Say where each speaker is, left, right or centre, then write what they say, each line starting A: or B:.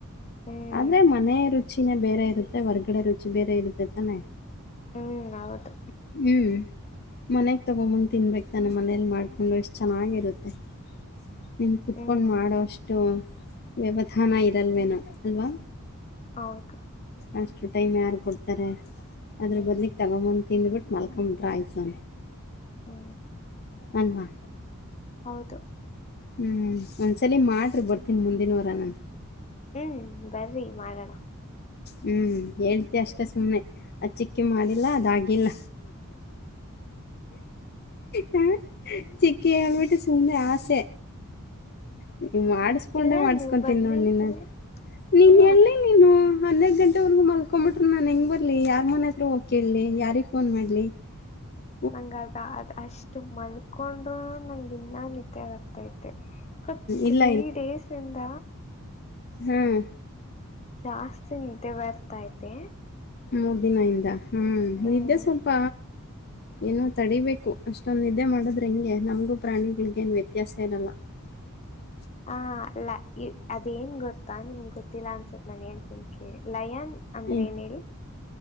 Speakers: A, on the left; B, on the left.
A: ಹ್ಮ್
B: ಆದ್ರೆ ಮನೆ ರುಚಿನೇ ಬೇರೆ ಇರುತ್ತೆ ಹೊರ್ಗಡೆ ರುಚಿ ಬೇರೆ ಇರುತ್ತೆ ತಾನೇ
A: ಹ್ಮ್ ಹೌದು
B: ಹ್ಮ್ ಮನೆಗ್ ತಗೊಬಂದ್ ತಿನ್ಬೇಕಕ್ ತಾನೆ ಮನೇಲಿ ಮಾಡ್ಕೊಂಡು ಎಷ್ಟ್ ಚೆನ್ನಾಗಿರುತ್ತೆ ನಿನ್ನ ಕುೂತ್ಕೊಂಡು
A: ಹ್ಮ್
B: ಮಾಡೋಷ್ಟು ವ್ಯವಧಾನ ಇರಲ್ವೇನೋ ಅಲ್ವಾ
A: ಹೌದು
B: ಅಷ್ಟು ಟೈಮ್ ಯಾರು ಕೊಡ್ತಾರೆ ಅದ್ರ
A: ಹ್ಮ್
B: ಬದ್ಲಿಕ್ ತಗೊಂಬ್ ತಿಂದ್ಬಿಟ್ಟು ಮಲ್ಕೊಂಬಿಟ್ರೆ ಆಯ್ತು ಸ
A: ಹ್ಞೂ
B: ಅನ್ವಾ
A: ಹೌದು
B: ಹ್ಞೂ ಒಂದ್ಸಲ ಮಾಡ್ರಿ ಬರ್ತೀನಿ ಮುಂದಿನವರ ನಾನ
A: ಹ್ಮ್ ಬರ್ರಿ ಮಾಡೋಣ
B: ಹ್ಮ್ ಹೇಳ್ತಿ ಅಷ್ಟೇ ಸುಮಮ್ಮನೆ ಅ ಚಿಕ್ಕಿ ಮಾಡಿಲ್ಲ ಅದಾಗಿಲ್ಲ ಹ ಚಕ್ಕ ಬಿಟ್ಟ ಸುಮ್ಮನೆ ಆಸೆ ನೀ ಮಾಡಿಸಕೊಂಡೆ
A: ಇಲ್ಲ
B: ಮಾಡಿಸಕೊತೀನ್ಿ
A: ನೀವ್ ಬಂದಿದ್ರಿ
B: ನೋಡ್ ನೀನ್ನ ನೀನ್
A: ಹಾ
B: ಎಲ್ಲಿ ನೀನು ಹೆದ ಗಂಟೆವರೆಗೂ ಮಲ್ಕೊ್ಂಬಿಟ್ರು ನಾನನ್ ಹೆಂಗ ಬರ್ಲಿ ಯಾರ ಮನೆ ಹತ್ರ ಹೋಗಿ ಕೇಳಲಿ ಯಾರಿಿಗೆ ಫೋನ್ ಮಾಡ್ಲಿ <unintelligible>
A: ನಂಗ ಅದ ಅದ್ ಅಷ್ಟು ಮಲ್ಕೊಂಡು ನಂಗ ಇನ್ನ ನತ್ಯ ಬರ್ತೈ ಮತ್ತ ತ್ರತ್ರೀ
B: ಇಲ್ಲ
A: ಡೇಸಿಂದ
B: ಹ್ಮ್
A: ಜಾಸ್ತಿ ನಿದ್ದೆ ಬರ್ತೈತೆ
B: ಮೂರ್ ದಿನ ಇದ ಹ್ಮ್
A: ಹ್ಮ್
B: ನಿದ್ದೆ ಸ್ವಲ್ಪ ಏನೋ ತಡಿೀಬೇಕು ಅಷ್ಟೊಂದು ನಿದ್ದೆ ಮಾಡಿದ್ರೆ ಹಿಂಗೆ ನಮಗೂ ಪ್ರಾಣಿಗಳಿಗೇನು ವ್ಯತ್ಯಾಸ ಇರಲ್ಲ <unintelligible>
A: ಹಾ ಅಲ್ಲ ಈ ಅದೇನ್ ಗೊತ್ತಾ ನಿಮ್ ಗೊತ್ತಿಲ್ಲ ಅನ್ಸ ಸರ್ ನಾನನ್ ಹೇಳ್ತೀನಿ ಕೇಳಿ ಲಯನ್ ಅಂದ್ರೆ
B: ಏ
A: ಏನ ಹೇಳಿ